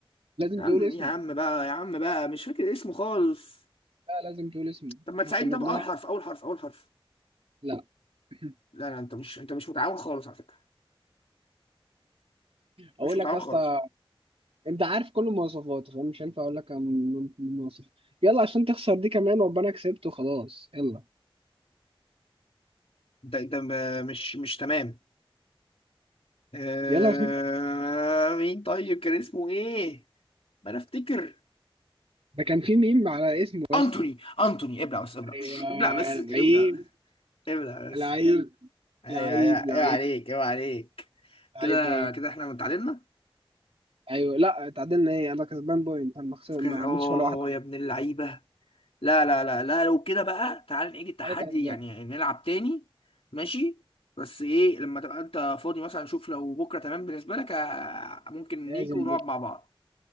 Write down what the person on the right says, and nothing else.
لازم
تقول اسمه
لا لازم تقول اسمه
إحنا
كنا
بنلعب
لا <clears throat>
اقول
لك يا اسطى
انت عارف كل المواصفات فانا مش هينفع اقول لك عن المواصفات يلا عشان تخسر دي كمان وابقى انا كسبت وخلاص يلا
يلا عشان <laughs>
ده كان في ميم على اسمه يا
اسطى
ايوه
لعيب
لعيب
لعيب
لعيب
لعيب
ايوه لا اتعادلنا ايه انا كسبان بوينت انا ما خسر-
ما
عملتش ولا واحده
عليك انا مزاج
لازم
بكره